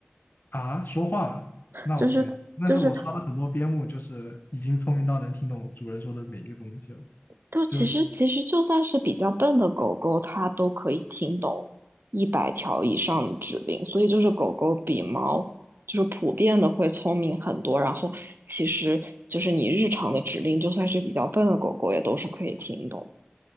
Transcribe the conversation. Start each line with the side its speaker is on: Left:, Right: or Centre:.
Left: 啊，说话，那我都没有。
Right: 就是就是
Left: 但是我刷了很多边牧，就是已经聪明到能听懂主人说的每一个东西了，
Right: 就其实其实就算是比较笨的狗狗，
Left: 就
Right: 它都可以听懂一百条以上的指令，所以就是狗狗比猫就是普遍的会聪明很多，然后其实就是你日常的指令，就算是比较笨的狗狗也都是可以听懂。